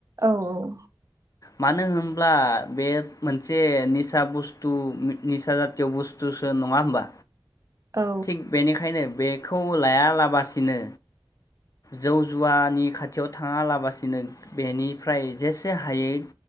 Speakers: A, on the right; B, on the left.
A: औ औ
B: मानो होनब्ला बे मोनसे निसा बुस्थु निसा जातिय बुस्थुसो नङा होमबा
A: औ
B: थिग बेनिखायनो बेखौ लायालाबासिनो जौ जुवानि खाथियाव थाङालाबासिनो बेनिफ्राय जेसे हायै